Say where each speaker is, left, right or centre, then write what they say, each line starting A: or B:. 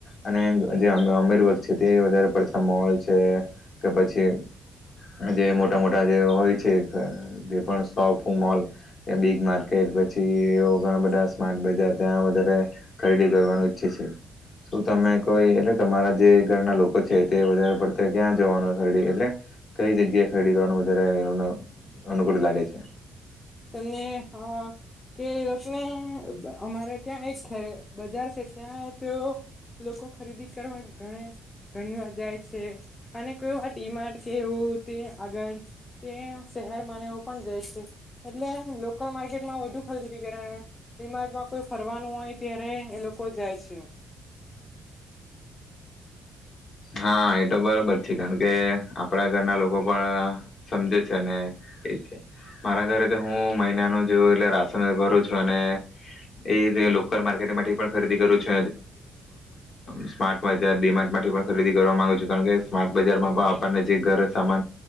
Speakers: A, on the left; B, on the left.
A: અને જે અમીર વર્ગ છે તે વધારે પડતા મોલ છે કે પછી જે મોટા મોટા જે હોય છે જે પણ શોપ મોલ બીગ માર્કેટ પછી ઘણા બધા સ્માર્ટ બજાર ત્યાં વધારે ખરીદી કરવાનું ઈચ્છે છે, શું તમે કોઈ એટલે તમારા જે ઘરના લોકો છે તે વધારે પડતા ક્યાં જવાનું ખરીદી એટલે કઈ જગ્યાએ ખરીદી કરવાનું વધારે અનુકૂળ લાગે છે.
B: તમને અ કે એ લોકોને અમારે ત્યાં એક છે બજાર છે ત્યાં તે લોકો ખરીદી કરવા ગ ઘણી વાર જાય છે અને કોડીમાર્ટ કે એવું તે આગળ એ શહેરમાંનેવું પણ જાય છે એટલે લોકલ માર્કેટમાં વધુ ખરીરી કરિમાર્ડમાં કોઈ ફરવાનું હોય ત્યારે એ લોકો જાય છે.
A: હા એ તો બરોબર છે, કારણ કે આપડા ઘરના લોકો પણ સમજે છે, ને એ છે, મારા ઘરે તો હું મહિનાનું જેવું એટલે રાશન ભરું છું અને એ જે લોકલ માર્કેટમાંથી પણ ખરીદી કરું છું છ સ્મા્ટ જાર માટ માટી ખરીદી કરવા માગુ છું કારણ કે સ્માર્ટ બજારમાં પણ આપણને જે ઘર સામાન